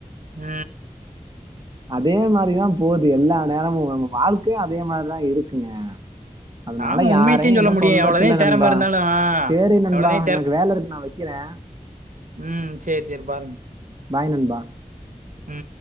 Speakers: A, on the right (about 85°); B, on the right (about 35°).
A: உ
B: அதே மாரிதா போகுது எல்லா நேரமும்ங்க நம் வாழ்க்கயு அதே மாரிதா இருக்குங்க அதனால
A: ஆமா உண்மையத்தையும்
B: யாரையு
A: சொல்ல
B: எதுவு
A: முடியும்
B: சொல்றக்குல
A: எவ்வளதா திறம
B: நண்பா
A: இருந்தாலும்
B: சரி நண்பா
A: எவ்வளதா
B: எனக்கு வேல இருக்கு நா வைக்கிறே
A: உ சரி சரி பாருங்க
B: பாய் நண்பா
A: உ